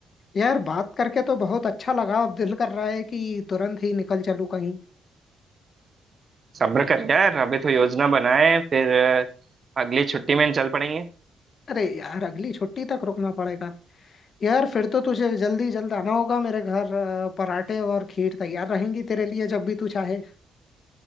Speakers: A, on the left (about 50°); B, on the right (about 40°).
A: यार बात करके तो बहुत अच्छा लगा अब दिल कर रहा है कि तुरंत ही निकल चलूं कहीं
B: सब्र कर यार अभी तो योजना बनाए फिर अ, अगली छुट्टी में चल पड़ेंगे
A: अरे यार अगली छुट्टी तक रुकना पड़ेगा यार फिर तो तुझे जल्दी जल्द आना होगा मेरे घर अ, पराठे और खीर तैयार रहेंगी तेरे लिए जब भी तू चाहे